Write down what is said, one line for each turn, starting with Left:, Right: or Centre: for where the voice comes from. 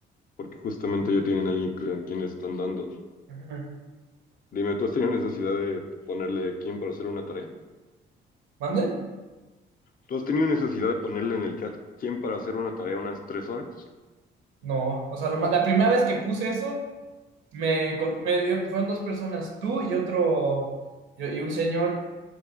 Left: porque justamente ya tienen a alguien que- a quien le están dando.
Right: Ajá.
Left: Dime, ¿tú has tenido necesidad de ponerle quién para hacer una tarea?
Right: ¿Mande?
Left: ¿Tú has tenido necesidad de ponerle en el chat quién para hacer una tarea unas tres horas?
Right: No, o sea, lo ma- la primera vez que puse eso, me, con- me dio, fueron dos personas, tú y otro, y, y un señor,